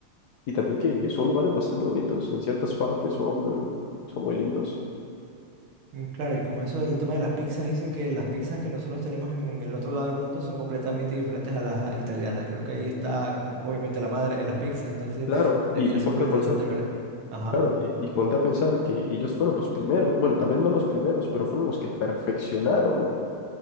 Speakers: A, on the left; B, on the right.
A: y también que son lugares bastante bonitos. En ciertas partes son, son muy lindos.
B: Mm, Claro, y como eso del tema de las pizzas, dicen que las pizzas que nosotros tenemos en el otro lado del mundo son completamente diferentes a las ah, italianas. Creo que ahí está, como, obviamente, la madre de las pizzas, entonces
A: Claro,
B: sería
A: y, y
B: súper
A: ponte
B: interesante
A: a pensar,
B: ver. Ajá.
A: claro, y, y ponte a pensar que ellos fueron los primeros, bueno, tal vez no los primeros, pero fueron los que perfeccionaron